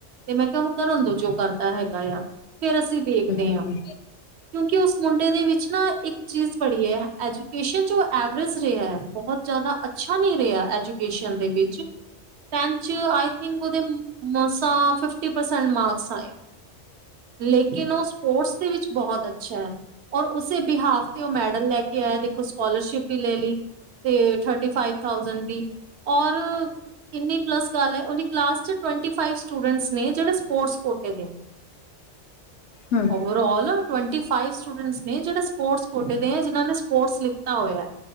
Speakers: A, on the right (about 70°); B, on the left (about 75°).
A: ਤੇ ਮੈਂ ਕਿਆ ਓਨੂੰ ਕਰਨ ਦੋ ਜੋ ਕਰਦਾ
B: ਤੇ
A: ਹੈਗਾ ਆ ਫੇਰ ਅਸੀ ਵੇਖਦੇ
B: ਦੇਖਦੇ
A: ਆਂ। ਕਿਉਂਕਿ ਉਸ ਮੁੰਡੇ ਦੇ ਵਿੱ 'ਚ ਨਾ ਇੱਕ ਚੀਜ ਬੜੀ ਏ ਐਜੂਕੇਸ਼ਨ ਚੋ ਐਵਰੇਜ਼ ਰਿਆ ਬੋਤ ਜਾਦਾ ਅਛ ਅੱਛਾ ਨੀ ਰਿਆ ਐਜੂਕੇਮ਼ਨ ਦੇ ਵਿੱਚ ਟੈੰਥ 'ਚ ਆ ਥਿੰਕ ਓਦੇ ਮੇਸ ਤਾਂ ਫਿਫਟੀ ਪਰਸੈਂਟ ਮਾਰਕਸ ਆਏ ਲੇਕਨ ਓ ਸਪੋਰਟਸ ਦੇ ਵਿੱਚ ਬਹੁਤ ਅੱਛਾ ਐ। ਔਰ ਉਸੇ ਬਿਹਾਫ ਤੇ ਓ ਮੈਡਲ ਲੈ ਕੇ ਆਇਆ ਦੇਖੋ ਸਕੋਲਰਸ਼ਿਪ ਵੀ ਲੈ ਲੀ ਤੇ ਥਰ ਥਰਟੀ ਫਾਈਵ ਥਾਉਜੈ਼ਂਡ ਵੀ ਔਰ ਕਿੰਨੀ ਪਲੱਸ ਗੱਲ ਐ ਓਦੀ ਕਲਾ ਲਾਸ 'ਚ ਟਵਨਟੀ ਫਾਈਵ ਸੂ ਸਟੂਡੈਂਟਸ ਨੇ ਜੇੜੇ ਸਪੋਰਟਸ ਕੋਟੇ ਦੇ ਨੇ।
B: ਹੂੰ
A: overall twenty five students ਨੇ ਜੇੜੇ ਸਪੋਰਟਸ ਕੋਟੇ ਦੇ ਐਂ, ਜਿਨਾਂ ਨੇ ਸਪੋਰਟਸ ਲਿੱਤਾ ਹੋਏਐ।